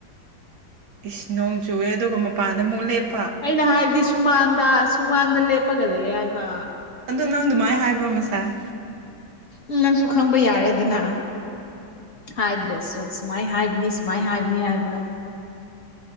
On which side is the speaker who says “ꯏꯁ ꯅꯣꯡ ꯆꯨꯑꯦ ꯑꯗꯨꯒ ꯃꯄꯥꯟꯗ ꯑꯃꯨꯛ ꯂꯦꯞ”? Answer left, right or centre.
Right